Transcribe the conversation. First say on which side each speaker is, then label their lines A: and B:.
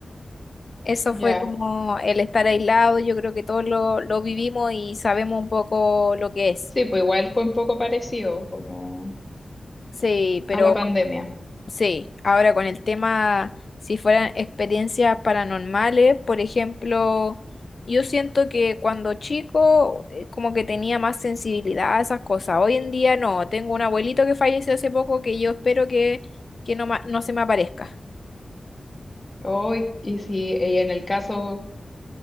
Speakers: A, on the left; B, on the left.
A: Eso
B: Ya,
A: fue como el estar aislado, yo creo que todos lo, lo vivimos y sabemos un poco lo que es.
B: sí, pues igual fue un poco parecido como
A: Sí, pero
B: a la pandemia.
A: Sí, ahora con el tema, si fueran experiencias paranormales, por ejemplo, yo siento que cuando chico eh, como que tenía más sensibilidad a esas cosas. Hoy en día no, tengo un abuelito que falleció hace poco que yo espero que, que no, ma- no se me aparezca.
B: Hoy, y si y en el caso,